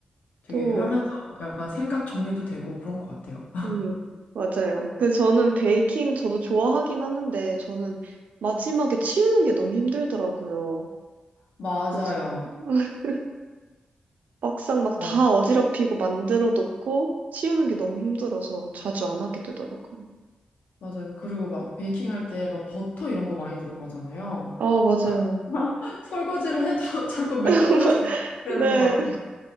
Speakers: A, on the left; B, on the right.
A: 되게
B: 또,
A: 하면서 약간 생각 정리도 되고 그런 것 같아요. <laughs>
B: 음, 맞아요. 그래서 저는 베이킹 저도 좋아하긴 하는데 저는 마지막에 치우는 게 너무 힘들더라고요.
A: 맞아요.
B: 그래서 <laughs> 막상 막
A: 맞아요.
B: 다 어지럽히고 만들어 놓고 치우는 게 너무 힘들어서 자주 안 하게 되더라고요.
A: 맞아요. 그리고 막 베이킹 할 때 막 버터 이런 거 많이 들어가잖아요.
B: 아, 맞아요.
A: <laughs> 설거지를 해도 <laughs> 자꾸 몇
B: <laughs>
A: 번을 더 되는
B: 네.
A: 것 같아요.